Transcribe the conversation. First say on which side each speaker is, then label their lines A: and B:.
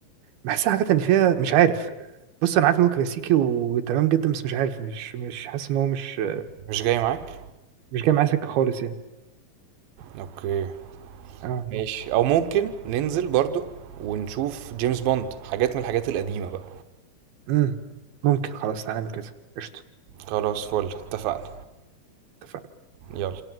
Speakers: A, on the right; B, on the right.
A: بحسها حاجات ان فيها مش عارف بص انا عارف ان هو كلاسيكي وتمام جدا بس مش عارف مش مش حاسس ان هو مش
B: مش جاي معاك
A: مش جاي معايا سكه خالص يعني
B: اوكي
A: اه
B: ماشي او ممكن ننزل برضو ونشوف جيمس بوند حاجات من الحاجات القديمة بقى
A: امم ممكن خلاص تعالى نعمل كده قشطه
B: خلاص فل اتفقنا
A: اتفقنا
B: يلا